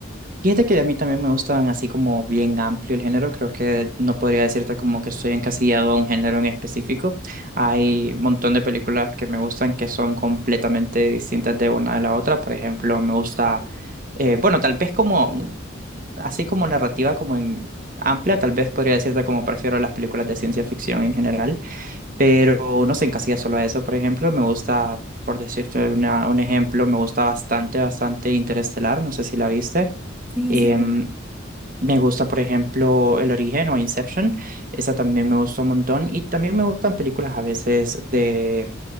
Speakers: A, on the right; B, in the centre.
A: Fíjate que a mí también me gustan así como bien amplio el género, creo que no podría decirte como que estoy encasillado a un género en específico. Hay un montón de películas que me gustan que son completamente distintas de una de la otra. Por ejemplo, me gusta, eh, bueno, tal vez como, un- así como narrativa, como en amplia, tal vez podría decirte como prefiero las películas de ciencia ficción en general, pero no se encasilla solo a eso. Por ejemplo, me gusta, por decirte una- un ejemplo, me gusta bastante, bastante Interestelar, no sé si la viste.
B: Sí,
A: Em,
B: sí, muy
A: me gusta, por ejemplo, El Origen o Inception. Esa también me gustó un montón. Y también me gustan películas a veces de